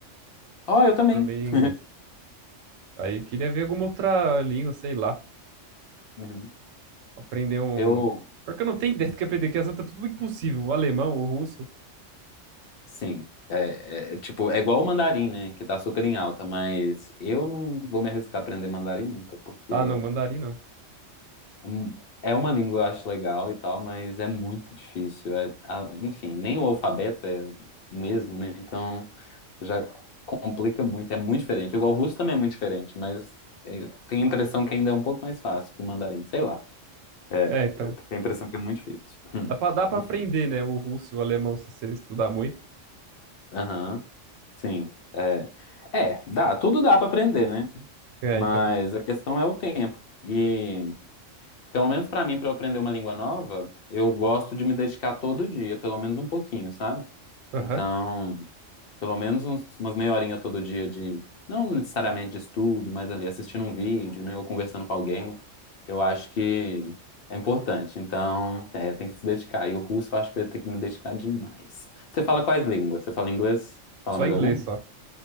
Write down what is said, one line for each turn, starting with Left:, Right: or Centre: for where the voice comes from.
Left: Ó, eu
Right: Eu
Left: também.
Right: formei
Left: <laughs>
Right: em inglês. Aí eu queria ver alguma outra língua, sei lá.
Left: Uhum.
Right: Aprender um.
Left: Eu,
Right: Porque eu não tenho ideia do que aprender, que as outras é tudo impossível. O alemão, o russo.
Left: sim. É, é, é, tipo, é igual o mandarim, né? Que tá super em alta, mas eu não vou me arriscar a aprender mandarim nunca, porque
Right: Ah, não, mandarim não.
Left: hum, é uma língua eu acho legal e tal, mas é muito difícil. É, a- enfim, nem o alfabeto é o mesmo, né? Então. já complica muito, é muito diferente. Igual o russo também é muito diferente, mas é, tenho a impressão que ainda é um pouco mais fácil que o mandarim, sei lá. É,
Right: É, então.
Left: eu tenho a impressão que é muito difícil. Hum,
Right: Dá pra, dá pra
Left: enfim.
Right: aprender, né? O russo e o alemão se você estudar muito.
Left: Aham, sim. É, é, dá, tudo dá pra aprender, né?
Right: É,
Left: Mas
Right: então.
Left: a questão é o tempo. E, pelo menos pra mim, pra eu aprender uma língua nova, eu gosto de me dedicar todo dia, pelo menos um pouquinho, sabe?
Right: Aham.
Left: Então. pelo menos uns- umas meia horinha todo dia de, não necessariamente de estudo, mas ali assistindo um vídeo, né, ou conversando com alguém, eu acho que é importante. Então, é, tem que se dedicar. E o russo eu acho que eu ia ter que me dedicar demais. Você fala quais línguas? Você fala inglês? Fala
Right: Só
Left: mais
Right: inglês,
Left: alguma?
Right: só.